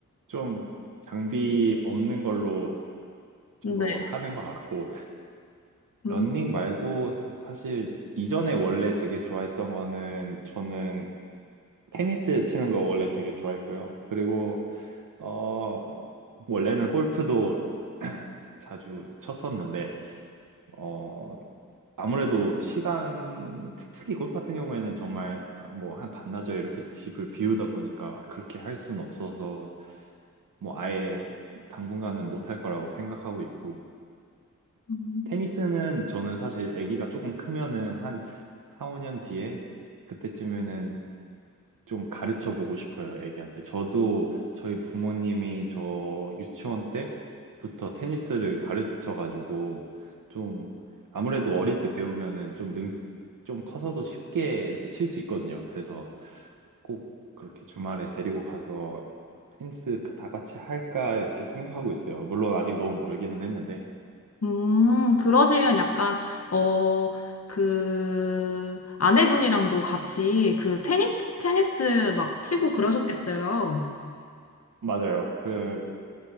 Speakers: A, on the right; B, on the left.
A: 좀 장비 없는 걸로 주로
B: 네.
A: 하는 것 같고,
B: 음,
A: 런닝 말고 사, 사실 이전에 원래 되게 좋아했던 거는 저는 테니스 치는 거 원래 되게 좋아했고요. 그리고 어 원래는 골프도 <clears throat> 자주 쳤었는데 어 아무래도 시간 특- 특히 골프 같은 경우에는 정말 아, 뭐한 반나절 이렇게 집을 비우다 보니까 그렇게 할 순 없어서 뭐 아예 당분간은 못 할 거라고 생각하고 있고
B: 음,
A: 테니스는 저는 사실 아기가 조금 크면은 한 4, 5년 뒤에 그때쯤에는 좀 가르쳐 보고 싶어요, 애기한테. 저도 저희 부모님이 저 유치원 때부터 테니스를 가르쳐 가지고 좀 아무래도 어릴 때 배우면은 좀 능, 좀 커서도 쉽게 이렇게 칠 수 있거든요. 그래서 꼭 그렇게 주말에 데리고 가서 테니스 다 같이 할까 이렇게 생각하고 있어요. 물론 아직 너무 멀기는 했는데.
B: 음, 그러시면 약간, 어, 그, 아내분이랑도 같이 그 테니, 테니스 막 치고 그러셨겠어요.
A: 맞아요. 그